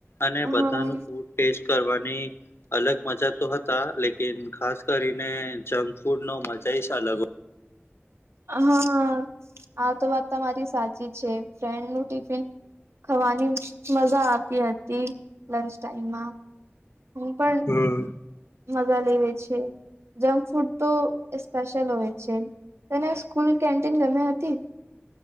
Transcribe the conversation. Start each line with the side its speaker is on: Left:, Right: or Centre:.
Left: અને બધાનું
Right: હા
Left: ફૂડ ટેસ્ટ કરવાનું અલગ મજા તો હતા લેકન ખાસ કરીને ફૂડ નો મજા છે અગ
Right: હા આતો વાત તમારી સાચી છે ફ્રેન્ડ નું ટિફિન ખાવાની મજા આવતી હતી લંચ ટાઈમમાં હું પણ
Left: હમ
Right: મજા લેવે છે જંક ફૂડ તો સ્પેશલ હોય છે તને સ્કૂલ કેન્ટીન ગમ હતી